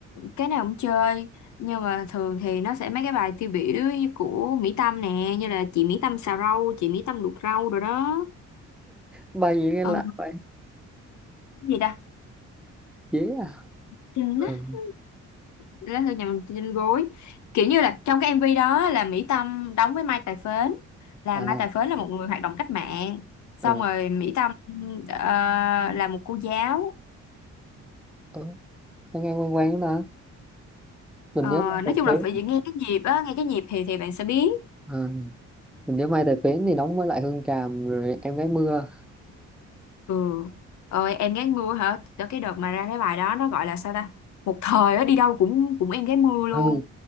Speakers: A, on the left (about 70°); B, in the centre.
A: cái nào cũng chơi nhưng mà thường thì nó sẽ mấy cái bài tiêu biểu như của Mỹ Tâm nè như là chị Mỹ Tâm xào rau chị Mỹ Tâm luộc rau rồi đó
B: bài gì nghe
A: ờ,
B: lạ vậy
A: cái gì ta
B: dễ à
A: Trên lát
B: ừ.
A: lá thư nhà mình trên gối kiểu như là trong cái MV đó là Mỹ Tâm đóng với Mai Tài Phến là
B: à
A: Mai Tài Phến là một người hoạt động cách mạng xong
B: ừ.
A: rồi Mỹ Tâm ờ, là một cô giáo
B: Ờ, nó nghe quen quen đó ta mình
A: Ờ,
B: nhớ
A: nói chung
B: bài
A: là phải nghe cái nhịp á nghe cái nhịp thì thì bạn sẽ biết
B: phế mình nhớ Mai Tài Phến thì đóng với lại Hương Tràm rồi Em Gái Mưa
A: ừ ơi em gái mưa hả tới cái đợt mà ra cái bài đó nó gọi là sao ta một thời á đi đâu cũng cũng em gái mưa luôn
B: ừ.